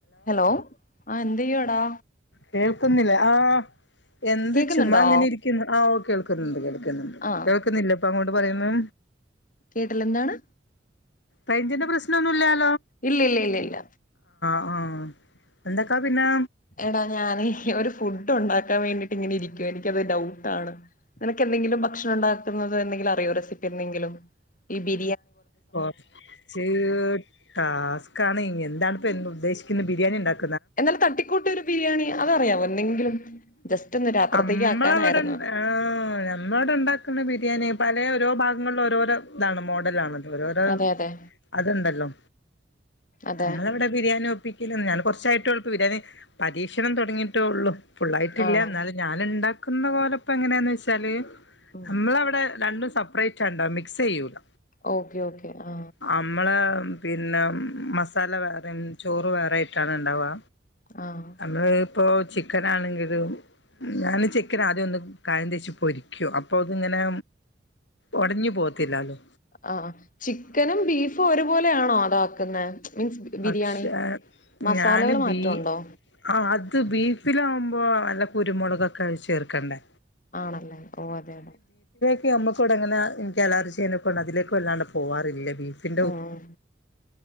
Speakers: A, on the left; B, on the left.
A: Hello ആ എന്ത് ചെയ്യാടാ
B: കേൾക്കുന്നില്ല ആ് എന്ത്
A: കേക്കുന്നുണ്ടോ
B: ചുമ അങ്ങനെ ഇരിക്കുന്നു ആഓ കേൾക്കുന്നുണ്ട് കേൾ ക്ക്ന്ന്ണ്ട്
A: ആ
B: കേൾക്കുന്നില്ലെ ഇപ്പ അങ്ങോട്ട് പറയുന്നെ
A: കേട്ടില്ല എന്താണ്
B: റെയ്ഞ്ച്ൻ്റെ പ്രശ്നൊന്നും ഇല്ലാ
A: ഇല്ല ഇല്ല ഇല്ല
B: ആഹ് എന്താക്കാ പിന്നെ
A: എടാ ഞാൻ ഒരു ഫുഡ് ഉണ്ടാക്കാൻ വേണ്ടിട്ട് ഇങ്ങനെ ഇരിക്കാ എനിക്കത് ഡൗട്ടാണ് നിനക് എന്തെങ്കിലും ഭക്ഷണം ഉണ്ടാകുന്നത് എന്തെങ്കിലും അറിയോ റെസിപ്പി എന്തെങ്കിലും ഈ ബീ
B: കൊറ്ച്ച് ടാസ്കാണ് എന്താണ് ഇപ്പൊ ഉദ്ദേശിക്കുന്ന ബിരിയാണി ഉണ്ടാക്ക
A: എന്നാല് തട്ടിക്കൂട്ട് ഒരു ബിരിയാണി അതറിയാമോ എന്തെങ്കിലും ജസ്റ്റ് ഒന്ന് രാത്രത്തേക്ക്
B: അമ്മളവിടെ
A: ആക്കാനായിരുന്നു
B: ആ നമ്മളവിടെ ഉണ്ടാക്കുന്ന ബിരിയാണി പലേ ഓരോ ഭാഗങ്ങളില് ഓരോരോ ഇതാണ് മോഡല് ആണ് ഓരോരോ
A: അതെ അതെ
B: അതുണ്ടല്ലോ
A: അതെ
B: നമ്മള് ഇവിടെ ബിരിയാണി ഒപ്പിക്കല് ഞാൻ കൊറ കൊർച് <unintelligible> ആയിട് ഒള്ളൂ ബിരെണി പരീക്ഷണം തുടങ്ങിട്ടേള്ളു ഫുള്ളായിട്ടില്ല
A: ആണോ
B: ഇന്നാലും ഞാൻ ഉണ്ടാക്കുന്ന പോലെ പ്പോ എങ്ങനെയാന്ന് വെച്ചാല്
A: ഉം
B: നമ്മളവിടെ രണ്ടും സെപ്പറേറ്റാ ഇണ്ടാവ മിക്സ് ചെയ്യൂല
A: ഓക്കെ ഓക്കേ ആ
B: നമ്മള് പിന്നെ മസാല വേറിം ചോറ് വേറൊയിട്ടാണ് ഉണ്ടാവുക
A: ആ
B: നമ്മള് <unintelligible> ഇപ്പൊ ചിക്കൻ ആണെങ്കിലും ഞാൻ ചിക്കന് ആദ്യം ഒന്ന് കായം തേച്ച് പൊരിക്കും അപ്പൊ ഇത്ങ്ങനെ ഒടഞ്ഞു പോവത്തില്ലാലോ
A: ആ ചിക്കനും ബീഫും ഒരുപോലെയാണോ അതാക്കുന്നെ മീൻസ് ബിരിയാണി
B: പക്ഷേ
A: മസാലകൾ
B: ഞാന്
A: മാറ്റമുണ്ടോ
B: ബീ ആ ഇത് ബീഫില് ആവുമ്പോൾ നല്ല കുരുമുളക് ഒക്കെ ചേർക്കണ്ടേ
A: ആണല്ലേ ഓ അതെ അതെ
B: നമ്മക്ക്‌ ഇവിടെങ്ങനെ ഇന്ക് <unintelligible> എലാവരും ചെയ്യനകൊണ്ട് അതിലേക് വല്ലാണ്ട് പോവാറില്ല ബീഫിന്റെ
A: ഉം